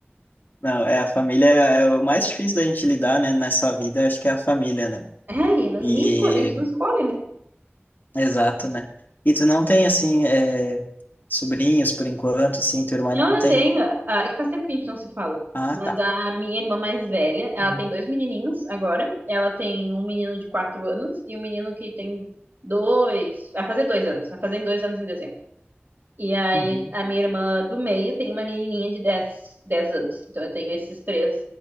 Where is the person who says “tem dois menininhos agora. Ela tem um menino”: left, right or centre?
Right